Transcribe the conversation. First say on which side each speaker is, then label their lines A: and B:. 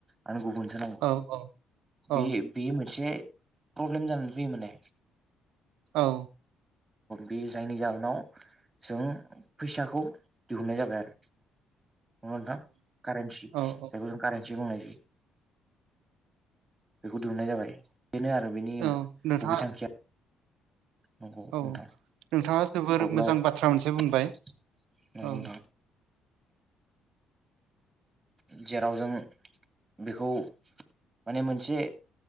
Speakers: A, on the right (about 25°); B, on the right (about 75°).
A: आरों गुबुनसो नांगौ
B: औ औ
A: बे
B: औ
A: बेयो मोनसे प्रब्लेम जानानै फैयो माने।
B: औ
A: बे जायनि जाहोनाव जों फैसाखौ दिहुननाय जाबाय आरो। नंगौ ना नोंथां कारन्सि।
B: औ
A: जायखौ
B: औ
A: जों कारन्सि बुंनाय जायो। बेखौ दिहुननाय जाबाय बेनो आरो। बेनि
B: औ नोंथाङा
A: गुबै थांखिया। नंगौ
B: औ
A: नोंथां
B: नोंथाङा जोबोर
A: अब्ला
B: मोजां
A: नंगौ
B: बाथ्रा मोनसे बुंबाय औ
A: नोंथां। जेराव जों बेखौ माने मोनसे